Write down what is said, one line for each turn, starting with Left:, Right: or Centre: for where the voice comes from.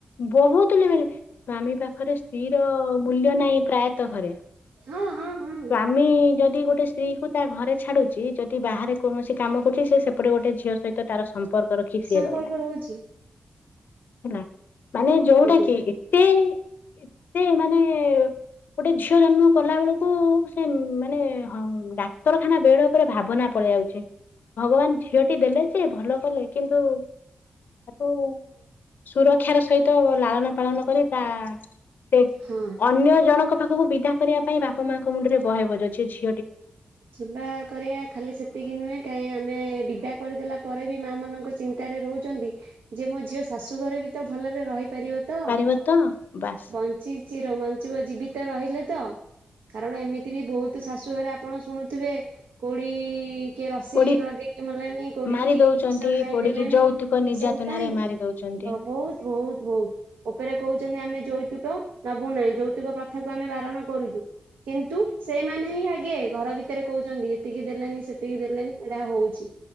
Left: ବହୁତ ଲ ମିଳ ସ୍ଵାମୀ ପାଖ ଘରେ ସ୍ତ୍ରୀ ର ମୂଲ୍ୟ ନାହିଁ ପ୍ରାୟତଃ ଘରେ।
Right: ହଁ ହଁ। ହଁ
Left: ସ୍ଵାମୀ ଯଦି ଗୋଟେ ସ୍ତ୍ରୀ କୁ ତା ଘରେ ଛାଡୁଛି ଯଦି ବାହାରେ କୌଣସି କାମ କରୁଛି ସେ ସେପଟେ ଗୋଟେ ଗୋେ ଝିଅ ସହିତ ତାର ସମ୍ପର୍କ ରଖି ସିଏ
Right: ସମ୍ପର୍କ
Left: ରହିଲା
Right: ରହୁଛି।
Left: ହେଲା ମାନେ ଯୋଉଟା
Right: ଆଜ୍ଞା
Left: କି ଏତେ ଏତେ ମାନେ ଗୋଟେ ଝିଅ ଜନ୍ମ କଲା ବେଳକୁ ହଉ ସେ ମାନେ ହଁ ଡାକ୍ତରଖାନା ବେଡ ଉପରେ ଭାବନା ପଳେଇ ଆଉଚି। ଭଗବାନ ଝିଅଟି ଦେଲେ ଯେ ଭଲ କଲେ କିନ୍ତୁ ତାକୁ ସୁରକ୍ଷାର ସହିତ ଲାଳନ ପାଳନ କରି ତା ସେ
Right: ହଁ
Left: ଅନ୍ୟ ଜଣଙ୍କ ପାଖକୁ ବିଦା କରିବା ପାଇଁ ବାପା ମାଆଙ୍କ ମୁଣ୍ଡରେ ବହେ ବୋଝ ଛି ଛି।
Right: ସେବା କରିବା ଖାଲି ସେତିକି ନୁହେଁ କାଇହିଁ ଆମେ ବିଦା ପଦେଲା ପରେ ବି ମା ମାନଙ୍କ ଚିନ୍ତାରେ ରହୁଛନ୍ତି ଯେ ମୋ ଝିଅ ଶାଶୁ ଘରେ ବି ତ ଭଲରେ ରହ ପାରିବ ତ
Left: ପାରିବ ତ ବାସ୍
Right: ବଞ୍ଚିଚିର ବଞ୍ଚିବ ଜୀବ ତ ରହିଲେ ତ କାରଣ ଏମିତି ବି ବହୁତ ଶାଶୁଘରେ ଆପଣ ଶୁଣୁଥିବେ କୋଉଡି କିଏ ରସି
Left: ପୋଡି
Right: ଲଗେଇକି ମଲେଣି କୋଡି
Left: ମାରି ଦଉଛନ୍ତି
Right: ଖାଇଦେଲେଣି
Left: ପୋଡିକି ଯୌତୁକ ନିର୍ଯାତନାରେ
Right: ଏସବୁ କାହିଁକି?
Left: ମାରି ଦଉଛନ୍ତି।
Right: ହ ବହୁତ ବହୁତ ବହୁତ ଉପରେ କହୁଛନ୍ତି ଆମେ ଯୌତୁକ ନବୁନାହିଁ ଯୌତୁକ ପ୍ରଥାକୁ ଆମେ ବାରଣ କରୁଛୁ କିନ୍ତୁ ସେ ମାନେ ହିଁ ଆଗେ ଘର ଭିତରେ କହୁଛନ୍ତି ଏତିକି ଦେଲେନି ସେତିକି ଦେଲେନି ଏଟା ହଉଛି।